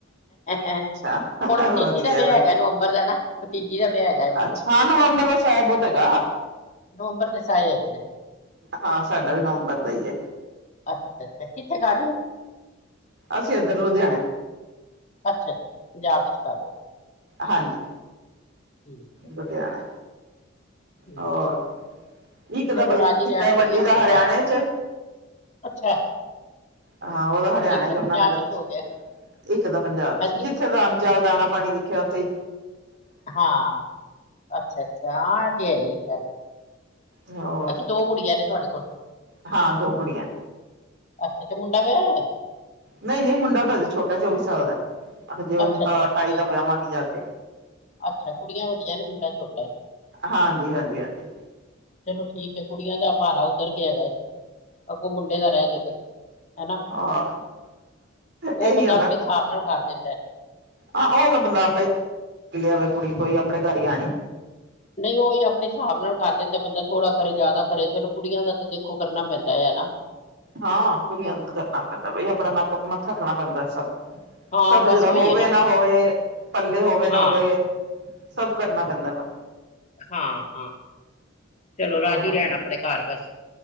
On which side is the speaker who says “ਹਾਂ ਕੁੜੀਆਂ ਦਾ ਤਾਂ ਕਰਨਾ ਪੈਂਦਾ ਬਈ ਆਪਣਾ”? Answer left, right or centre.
Right